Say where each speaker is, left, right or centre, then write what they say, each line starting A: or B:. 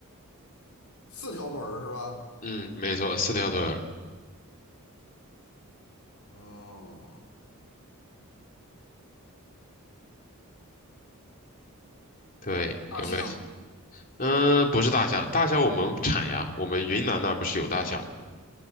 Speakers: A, on the left; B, on the left.
A: 四条腿儿是吧？
B: 嗯，没错，四条腿儿。
A: 嗯，
B: 对，
A: 大象。
B: 有没有想？嗯、不是大象，大象我们产呀，我们云南那儿不是有大象吗？